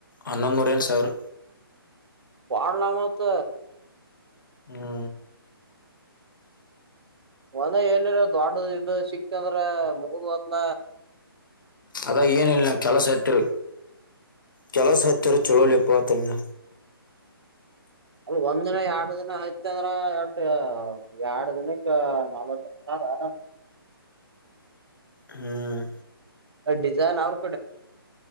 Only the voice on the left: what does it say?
ಹನ್ನೊಂದು ನೂರ ಏನು ಸರ್
ಹ್ಮ್
ಅದಾ ಏನ ಇಲ್ ನ ಕೆಲಸ ಎತ್ತರ್ ಕೆಲ ಸಾಹಿತ್ಯರ ಚಳೋಲೆಪತನ್ನ
ಹ್ಮ್